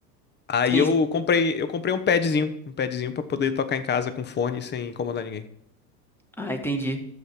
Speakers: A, on the left; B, in the centre.
A: Aí
B: Sim,
A: eu comprei, eu comprei um padzinho, um padzinho pra poder tocar em casa com fone sem incomodar ninguém.
B: Ah, entendi.